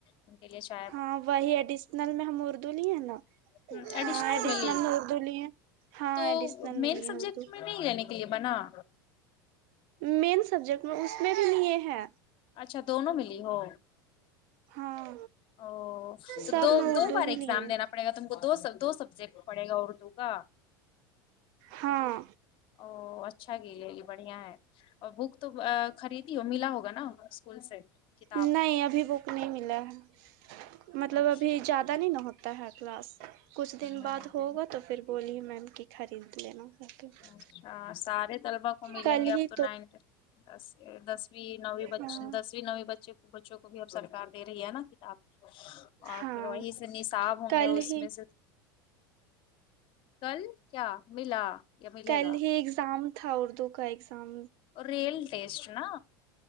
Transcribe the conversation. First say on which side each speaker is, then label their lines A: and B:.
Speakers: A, on the left (about 50°); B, on the right (about 60°).
A: ان کے لیے چا
B: ہاں وہی ایڈیشنل میں ہم اردو لی ہیں نا
A: ہ ایڈیشنل
B: ہاں
A: ملی
B: میں اردو لیے ہاں
A: تو
B: ایڈیشنل میں
A: مین
B: لیے
A: سبجیکٹ
B: اردو
A: میں نہیں جنے تی بناا
B: مین سبجیکٹ میں اس میں بھی لی ہے
A: اچھا دونوں میں لی ہو
B: ہاں
A: او تو
B: سب
A: دو
B: میں اردو
A: دو بار
B: ہی
A: ایگزام
B: لیے
A: دینا پڑے گا تم کو دو دو سبجیکٹ پڑے گا اردو کا
B: ہاں
A: او اچھا گے لی بڑھیا ہے اور بک تو خریدی ہو ملا ہوگا نا اسکول سے کتاب
B: نہیں ابھی بک نہیں ملا ہے مطلب
A: اچھا
B: ابھی
A: ہوں
B: زیادہ پتہ نہیں نہ ہوتا ہے کلاس کچھ دن
A: ہ
B: بعد ہوگا تو پھر بولیے میم کہ خرید لینا کر
A: اچھا سارے طلبا کو ملیں
B: کل
A: گے اب
B: ہی
A: تو نائنٹھ دس دسویں نویں بچ
B: ہاں
A: دسویں نویں بچوں کو پوچوں بھی اب سرکار دے رہی ہے نا کتاب اور
B: ہاں
A: پھر وہی سے نصاب ہوں
B: کل
A: گے اس
B: ہی
A: میں سے کل کیا ملا یا ملے
B: کل
A: گا
B: ہی اگزام تھا اردو کا اگزام
A: ریل ٹسٹ نہ